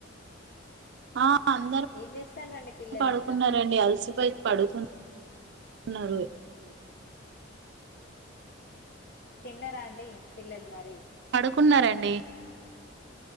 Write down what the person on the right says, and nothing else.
ఆ అందరు
పడుకున్నారండి
అలసిపోయి పడుకున్న ఉన్నారు
కున్నారండి